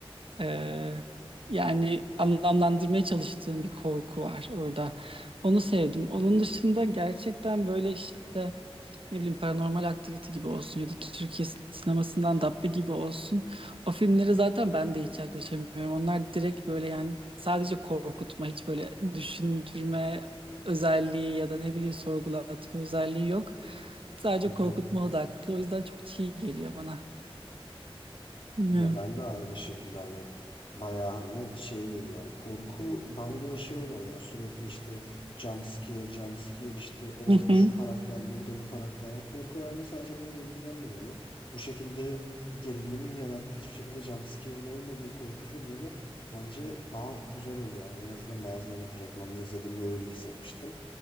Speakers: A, on the right; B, on the left.
A: e, yani anlamlandırmaya çalıştığın bir korku var orada. Onu sevdim. Onun dışında gerçekten böyle işte ne bileyim Paranormal Activity gibi olsun ya da Türkiye sinemasından Dabbe gibi olsun. O filmlere zaten ben de hiç yaklaşamıyorum. Onlar direkt böyle yani sadece korkutma, hiç böyle düşündürme özelliği ya da ne bileyim sorgulatma özelliği yok. Sadece
B: Hı hı.
A: korkutma odaklı. O yüzden çok çiğ geliyor bana. Bilmiyorum.
B: Ya ben de aynı şekilde hani bayağı hani şey geliyor yani korku bana göre şey olmalı ya sürekli işte jump scare jump scare işte orada
A: Hı hı.
B: şu karakter burada bu karakter Yani korku bence sadece bununla indirgenmemeli. Bu şekilde gerilimin yarattığı hiçbir şekilde jump scare'in olmadığı korku filmleri bence daha güzel oluyor yani en azından bazılarını fragmanını izlediğimde öyle hissetmiştim.